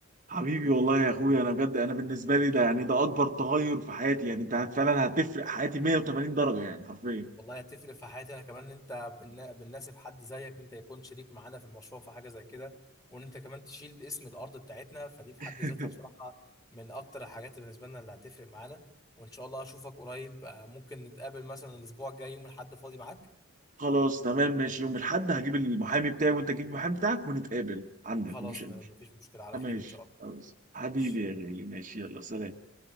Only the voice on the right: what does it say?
حبيبي والله يا اخويا انا بجد انا بالنسبه لي ده يعني ده اكبر تغير في حياتي يعني انت هت- فعلا هتفرق حياتي 180 درجه يعني حرفيا
<laughs>
خلاص تمام ماشي يوم الاحد هجيب المحامي بتاعي وانت تجيب المحامي بتاعك ونتقابل عندك
مفيش أي
مشكلة
ماشي
خلاص حبيبي
يا غالي ماشي يلا سلام